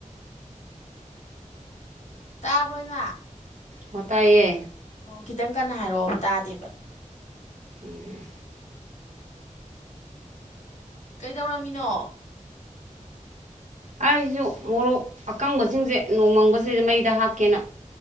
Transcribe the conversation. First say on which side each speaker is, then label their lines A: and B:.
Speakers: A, on the left (about 60°); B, on the right (about 70°).
A: ꯇꯥꯕ꯭ꯔꯣ ꯏꯃꯥ
B: ꯍꯣ ꯇꯥꯏꯌꯦ
A: ꯑꯣ ꯈꯤꯇꯪ ꯀꯟꯅ ꯍꯥꯏꯔꯛꯑꯣꯕ ꯇꯥꯗꯦꯕ
B: ꯎꯝ
A: ꯀꯩꯗꯧꯔꯝꯃꯤꯅꯣ
B: ꯍꯥꯏꯔꯤꯁꯨ ꯃꯣꯔꯣꯛ ꯑꯀꯪꯕꯁꯤꯡꯁꯦ ꯅꯣꯡꯃꯪꯕꯁꯤꯗ ꯃꯩꯗ ꯍꯥꯞꯀꯦꯅ